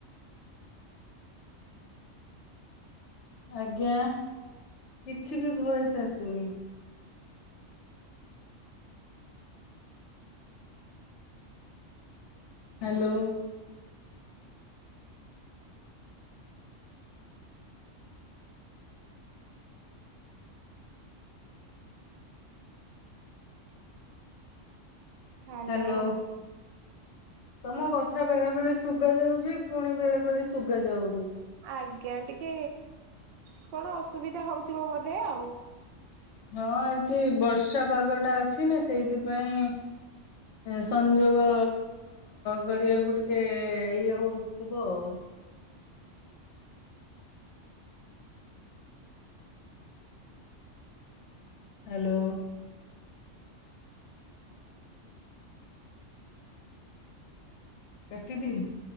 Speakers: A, on the left; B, on the right.
A: ଆଜ୍ଞା, କିଛି ବି ଭଏସ୍‌ ଆସୁନି। ହାଲୋ।
B: ହାଲୋ।
A: ହ୍ୟାଲୋ। ତମ କଥା ବେଳେ ବେଳେ ଶୁଗା ଯାଉଚି, ପୁଣି ବେଳେ ବେଳେ ଶୁଗା ଯାଉନି।
B: ଆଜ୍ଞା, ଟିକେ କ'ଣ ଅସୁବିଧା ହଉଥିବ ବଧେ ଆଉ।
A: ହଁ ଆଜି ବର୍ଷା ପାଗ ଟା ଅଛି ନା, ସେଇଥି ପାଇଁ। ସଂଯୋଗ ଗରିବାକୁ ଟିକେ ଇଏ ହଉଥୁବ ଆଉ। ହାଲୋ। <inaudible>